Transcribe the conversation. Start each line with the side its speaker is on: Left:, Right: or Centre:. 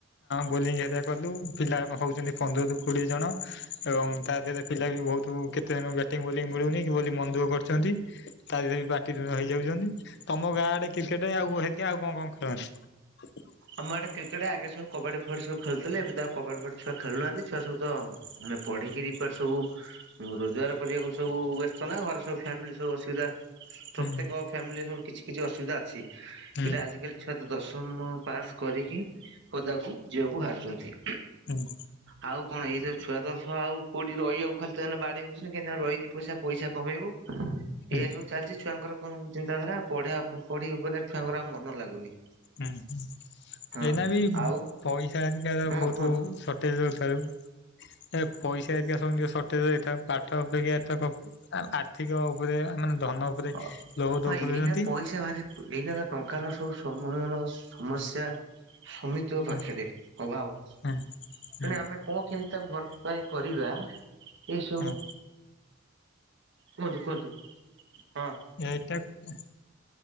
Left: ବୋଲିଂ ହେରି କଲୁ ପିଲା ହଉଛନ୍ତି। ପନ୍ଦରରୁୁ କୋଡିଏ ଜଣ ଏବଂ ତା ଦେହରେ ପିଲା ବି ବହୁତ କେତେ ଜଣ ବ୍ୟାଟିଂ ବୋଲି ମିଳୁନି କି ବୋଲି ମନ ଦୁଃଖ କରୁଛନ୍ତି ତା ଦେହ କିରେ ରହିଇଯାଉଛନ୍ତି ତମ ଗାଁ ଆଡେ କ୍ରିକେଟ ଆଉ ହେରିଇକା ଆଉ କଣ କଣ ଖେଳନ୍ତି?
Right: ଆମଡେ କ୍ରିକେଟେ ଆଗେ ସବୁ କବାଡି ଫବାଡି ସବୁେୁଥିଲେ ଏବେ ଆଉ କବାଡି ଫଡି ଛୁଆ ଖେୁନାହାନ୍ତି ଛୁଆ ସବ ତ ମାନେ ପଢ଼ିକିରି କୁଆଡେ ସବୁ ରୋଜଗାର କରିବାକୁ ସବୁ ବସିଛ ନା ଘରେ ସବୁ ଫ୍ୟାମିଲି ସବୁ ଅସୁବିଧା ପ୍ରତ୍ୟେକ
Left: ହୁଁ
Right: ଫ୍ୟାମିଲିରେ ସବୁ କିଛି କିଛି ଅସୁବିଧା ଅଛି
Left: ହୁଁ
Right: ପିଲା ଆଜିକାଲି ଛୁଆତ ଦଶମ ପାସ୍ କରିକି ପଦାକୁ ଯିବାକୁ ବାହାରୁଛନ୍ତି।
Left: ହୁଁ।
Right: ଆଉ କଣ ଏଇ ଯଉ ଛୁଆ ତ ଆଉ କଉଠି ରହିବାକୁ ଖାଲି ତେ ବାଡେଇ ହଉଛନ୍ତି କେହି ରହିକି ପଇସା ପଇସା କମେଇବୁ।
Left: ହୁଁ
Right: ଏଇଆ ସବୁ ଚାଲିଛି ଛୁଆଙ୍କର ଚିନ୍ତାଧାରା ପଢ଼ା ପଢି ଉପରେ ଛୁଆଙ୍କର ଆଉ ମନ ଲାଗୁନି।
Left: ହୁଁ ହଁ
Right: ହଁ।
Left: ଏଇନା ବି
Right: ଆଉ
Left: ପଇସା ଅଧିକାର
Right: ହଁ
Left: ବହୁତ
Right: କୁହନ୍ତୁ
Left: ସଟେଜ ରହୁଥୁବାରୁ ଏ ପଇସା ହାରିକା ସମସ୍ତଙ୍କର ସଟେଜ୍ ହେଇଥିବ ପାଠ ଅପେକ୍ଷା ଏତଥରକ ଅଧିକ ଉପରେ ମାନେ ଧନ ଉପରେ
Right: ହଁ
Left: ଲୋଭ ଦଉଛନ୍ତି।
Right: ଏଇନା ପଇସା ଭାରି ଏଇନା ଯା ଟଙ୍କାର ସବୁ ସମୟର ସମସ୍ୟା ସମି ତୋ ପାଖରେ
Left: ହୁଁ
Right: ଅଭାବ ଅଛି
Left: ହୁଁ ହୁଁ
Right: ତେଣୁ ଆମେ କଣ କେମିତି ତାକୁ ଭରପାଏ କରିବା ଏସବୁ।
Left: ହୁଁ
Right: କୁହନ୍ତୁ କୁହନ୍ତୁ ହଁ।
Left: ଏଇଟାକୁ